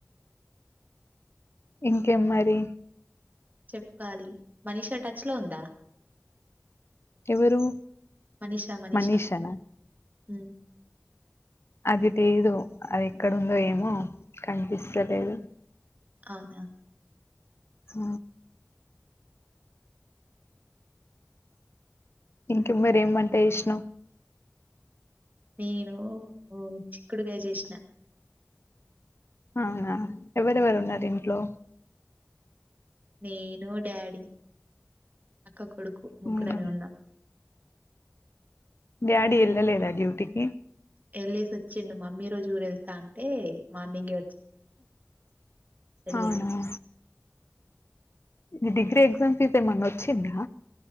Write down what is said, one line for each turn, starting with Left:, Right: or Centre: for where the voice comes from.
Left: ఇంకేం మరి
Right: చెప్పాలి మనీషా టచ్ లో ఉందా
Left: ఎవరు
Right: మనిషా మనిషా
Left: మనీషనా
Right: ఉ
Left: అది లేదు అది ఎక్కడుందో ఏమో కనిపిస్తలేదు
Right: అవునా
Left: ఊ ఇంట్లో మరే ఎం వంట చేసినవ్
Right: నేను చిక్కుడుగాయ చేసినా
Left: అవునా ఎవరెవరు ఉన్నారు ఇంట్లో
Right: నేను డాడీ అక్క కొడుకు ముగ్గురమే
Left: అవునా?
Right: ఉన్నాం
Left: డాడీ వెళ్లలేదా డ్యూటీకి
Right: వెళ్సి వచ్చిండు మమ్మీ రోజు ఊరు వెళ్తా అంటే మార్నింగ్ ఎళ్ళిండు.
Left: అవునా మీ డిగ్రీ ఎగ్జామ్ ఫీజ్ ఏమన్న వచ్చిందా